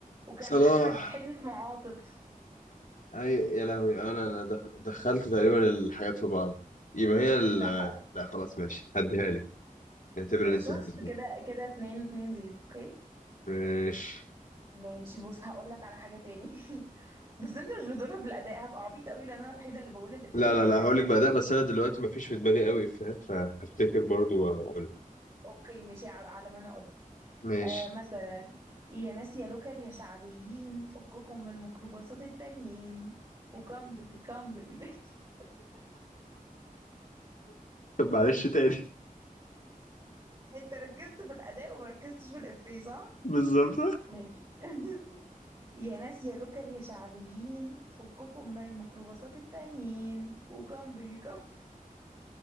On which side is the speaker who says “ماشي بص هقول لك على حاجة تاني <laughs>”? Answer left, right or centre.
Right